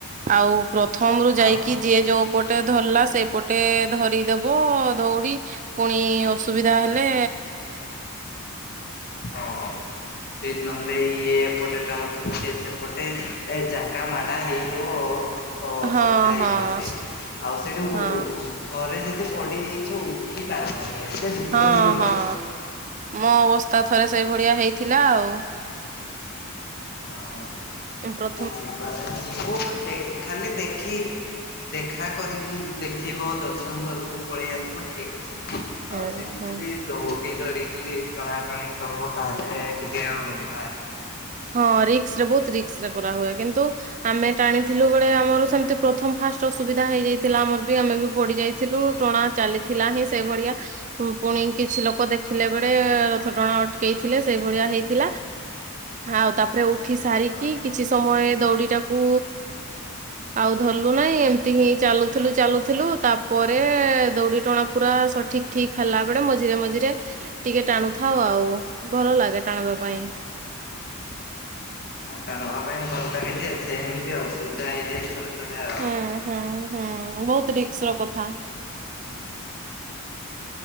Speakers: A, on the right; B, on the left.
A: ଆଉ ପ୍ରଥମରୁୁ ଯାଇକି
B: ଆଉ
A: ଯିଏ ଯୋଉ ପଟେ ଧରିଲା ସେପଟେ ଧରି ଦେବ ଦଉଡ଼ି ପୁଣି ଅସୁବିଧା ହେଲେ
B: ହଁ। ସେ ନହେଲେ ଇଏ ଏପଟେ ଟାଣୁଥିବ ସିଏ ସେପଟେ ଏ ଜାଙ୍କା ମାଣ୍ଡା ହେଇଯିବ। ଓ
A: ହଁ
B: ଅସୁବିଧା
A: ହଁ
B: ହେଇଯିବ ସେଇଠି
A: ସ୍-
B: ଆଉ ସେଇଠୁ
A: ହଁ
B: ଥରେ ଯଦି ପଡିଯାଇଚୁ ଉଠି ପାରିବନି ଏତେ ଭିଡ଼
A: ହଁ
B: ହେଇଯିବ।
A: ହଁ। ମୋ ଅବସ୍ଥା ଥରେ ସେଇଭଳିଆ ହେଇଥିଲା ଆଉ।
B: ହଁ।
A: ଉଁ ପ୍ର
B: ଏଠି ଯିବା ଯିବ ମାନେ ଖାଲି ଦେଖି ଦେଖା କରିକି ଦେଖିବ ଦର୍ଶନ କରିବୁ ପଳେଇ ଆସିବୁ ଠିକ ଅଛି।
A: ହୁଁ
B: ଆଉ ସେଠି
A: ହୁଁ।
B: ଯଦି ଦୌଡି ଧରିକି ଟଣା ଟଣି କରିବ ତାହେଲେ ଟିକେ ଅଡୁଆ ଅଛି।
A: ହଁ ରିକ୍ସରେ ବହୁତ ରିକ୍ସରେ କରା ହୁଏ କିନ୍ତୁ ଆମେ ଟାଣିଥିଲୁ ବେଳେ ଆମର ସେମିତି ପ୍ରଥମ ଫାଷ୍ଟ ଅସୁବିଧା ହେଇଯାଇଥିଲା ଆମର ବି ଆମେ ବି ପଡି ଯାଇ ଥିଲୁ ଟଣା ଚାଲିଥିଲା ହିଁ ସେଭଳିଆ। ପୁଣି କିଛି ଲୋକ ଦେଖିଲେ ବେଳେ ରଥ ଟଣା ଅଟକେଇଥିଲେ ସେଇଭଳିଆ ହେଇଥିଲା। ଆଉ ତାପରେ ଉଠି
B: ଆଚ୍ଛା।
A: ସାରିକି କିଛି ସମୟ ଦଉଡିଟାକୁ ଆଉ ଧରିଲୁ ନାହିଁ ଏମିତି ହିଁ ଚାଲୁଥିଲୁ ଚାଲୁଥିଲୁ ତାପରେ ଦଉଡ଼ି ଟଣା ପୁରା ସଠିକ ଠିକ ହେଲା ବେଳେ ମଝିରେ ମଝିରେ ଟିକେ ଟାଣୁଥାଉ ଆଉ ଭଲ ଲାଗେ ଟାଣିବା ପାଇଁ।
B: ହଁ ଟାଣିବା ପାଇଁ ଭଲ ଲାଗେ ଯେ ସେମିତି ଅସୁବିଧା ହେଇଯାଏ ଥରେ ଥରେ ଆଉ।
A: ହୁଁ ହୁଁ ହୁଁ ବହୁତ ରିକ୍ସର କଥା।